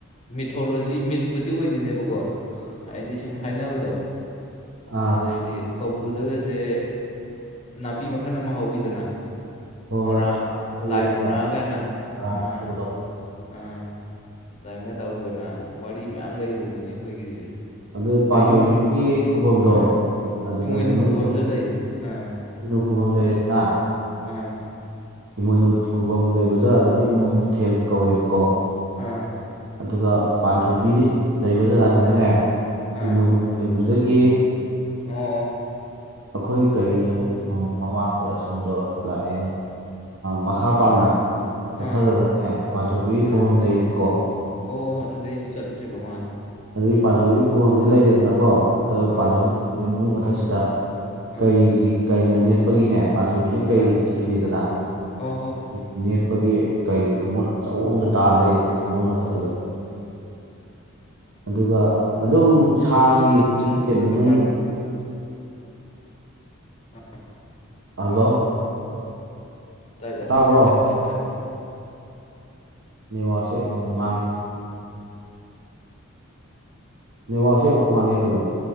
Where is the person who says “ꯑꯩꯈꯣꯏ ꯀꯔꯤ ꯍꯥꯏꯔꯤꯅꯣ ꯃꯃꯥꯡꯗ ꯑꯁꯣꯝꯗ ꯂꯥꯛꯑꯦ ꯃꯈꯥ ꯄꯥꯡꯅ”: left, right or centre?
Right